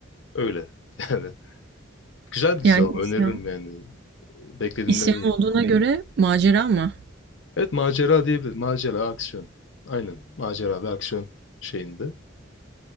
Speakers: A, on the left (about 65°); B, on the right (about 55°).
A: öyle. <laughs> Yani güzel bir dizi
B: Yani
A: ama
B: isyan
A: öneririm yani. Beklediğimden
B: İsyan
A: iyi.
B: olduğuna göre macera mı?
A: Evet macera diyebilir. Macera, aksiyon. Aynen. Macera ve aksiyon şeyinde.